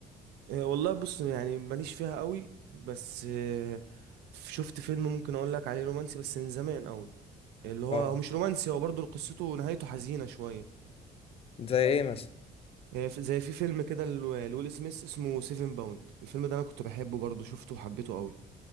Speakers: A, on the right; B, on the left.
A: إيه والله بص يعني ماليش فيها قوي بس إيه شفت فيلم ممكن اقول لك عليه رومانسي بس من زمان قوي اللي هو
B: اه
A: هو مش رومانسي هو برضه قصته نهايته حزينة شوية
B: زي ايه مثلا
A: إيه في- زي في فيلم كده ل- لويل سميث اسمه سيفن باوند الفيلم ده انا كنت بحبه برضه شفته وحبيته قوي